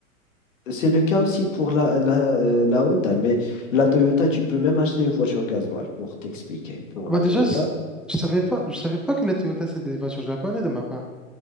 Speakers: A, on the left (about 65°); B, in the centre.
A: c'est le cas aussi pour la, la, euh, la Honda. Mais la Toyota, tu peux même acheter une voiture gasoil pour t'expliquer. Pour
B: Bah,
A: la
B: déjà,
A: Toyota,
B: c- je savais pas, je savais pas que les Toyota, c'est des voitures japonaises de ma part.